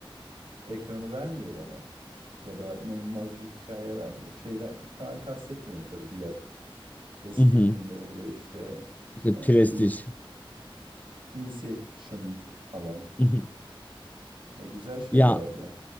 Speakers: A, on the right; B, on the left.
A: ekranı vermiyor bana. Ya da inanılmaz bir hikaye vermiyor. Şeyden falan kastetmiyorum tabii diğer eski
B: <laughs>
A: filmlerinde işte
B: İşte
A: e,
B: prestij.
A: In- Inception falan.
B: <laughs>
A: E, güzel şeylerdi.
B: Ya